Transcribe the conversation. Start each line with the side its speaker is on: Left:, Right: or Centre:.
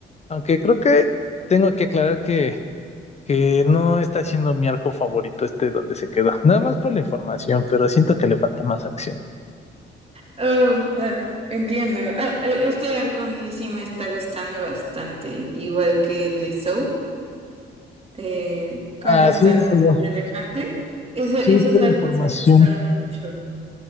Left: Aunque creo que tengo que aclarar que, que no está siendo mi arco favorito este donde se quedó. Nada más por la información, pero siento que le falta más acción.
Right: Oh, ah, entiendo. Ah, e- este arco a mí sí me está gustando bastante, igual que el de Soap. eh, cuando
Left: Ah,
Right: están
Left: sí,
Right: en
Left: pero
Right: el elefante. Eso- esos
Left: sí, pura
Right: arcos
Left: información.
Right: me gustaron mucho.